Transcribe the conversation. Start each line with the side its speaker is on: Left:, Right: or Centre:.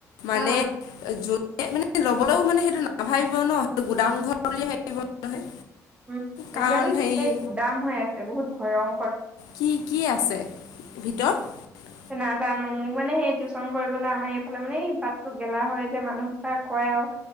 Left: মানে
Right: হা
Left: যোন মানে ল'বলৈও মানে সেইটো নাভাবিব ন সেইটো গুদাম ঘৰ বুলি ভাবিব নহয়
Right: উম
Left: কাৰণ
Right: এতিয়াতো
Left: হেৰি
Right: গোটেই গুদাম হৈ আছে বহুত ভৰং
Left: কি কি আছে ভিতৰত
Right: নাজানো মোৰ মানে সেই টিউশচন কৰিবলৈ আমাৰ এইফালে মানে বাতটো গেলা হয় যে মানুহক কয় আও